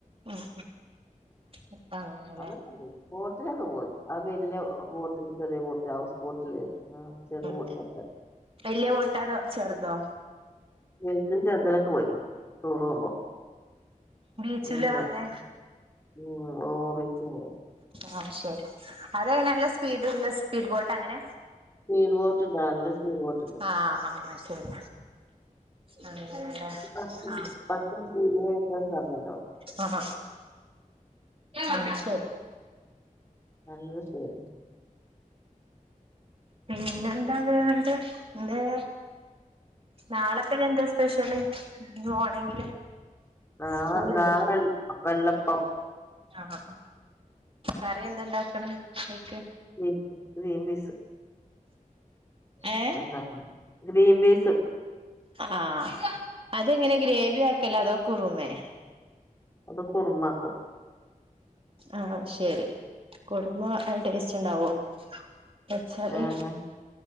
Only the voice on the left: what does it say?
അതൊക്കെ പോകും ബോട്ടിലൊക്കെ പോകും ആ വലിയ ബോട്ടിൽ ചെറിയ ബോട്ടിൽ ഹൗസ് ബോട്ടില് ഉം ചെറിയ
ബോട്ടിലൊക്കെ
വലുതിലും ചെറുതിലൊക്കെ പോയിന് ടൂറ് പോവുമ്പോ
<unintelligible>
<unintelligible>
സ്പീഡ് ബോട്ട് ഉണ്ട്. നല്ല സ്പീഡ് ബോട്ട്
പത്ത്
പത്ത് ഇരുപത് മിനിറ്റ് സമയണ്ടാവും
നല്ല സുഖം.
നാളെ
നാളെ വെള്ളപ്പം.
ഗ്രീ ഗ്രീൻപീസ്. <unintelligible>
ഉണ്ടാക്കും ഗ്രീൻപീസ്.
അത് കുറുമക്കും.
ഏഹ്